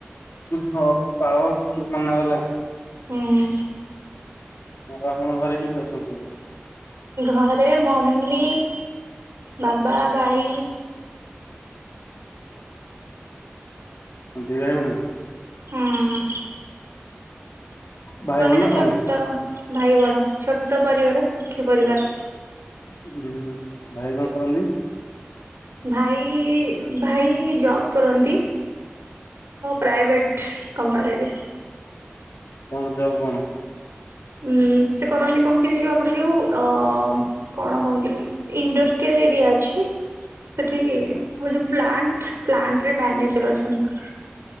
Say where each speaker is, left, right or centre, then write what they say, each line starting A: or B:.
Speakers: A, on the left; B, on the right.
A: ହଉ ପାଓ କିଏ ମାନା କଲା।
B: ହୁଁ।
A: ଆପଣଙ୍କ ଘରେ କିଏ କିଏ ଅଛନ୍ତି?
B: ଘରେ ମମି, ବାବା, ଭାଇ।
A: କଣ ଦି ଭାଇଭଉଣୀ?
B: ହୁଁ।
A: ଭାଇ
B: କୁହନ୍ତି
A: ଭଉଣୀ
B: ନା ଛୋଟ
A: ତମେ?
B: ଭାଇ ବଡ ଛୋଟ ପରିବାର ସୁଖୀ ପରିବାର।
A: ହୁଁ ଭାଇ କଣ କରନ୍ତି?
B: ଭାଇ ଭାଇ ଜବ୍ କରନ୍ତି। ପ୍ରାଇଭେଟ କମ୍ପାନୀରେ।
A: କଣ ଜବ୍ କଣ?
B: ଉଁ ସେ କରନ୍ତି କଣ କି ଯୋଉ ଆମର ଯୋଉ ଅ କଣ କହନ୍ତି ଇଣ୍ଡଷ୍ଟ୍ରିଲ ଏରି ଅଛି। ସେଠି ଯୋଉ ପ୍ଲାଣ୍ଟ ପ୍ଲାଣ୍ଟରେ ମ୍ୟାନେଜର ଅଛନ୍ତି।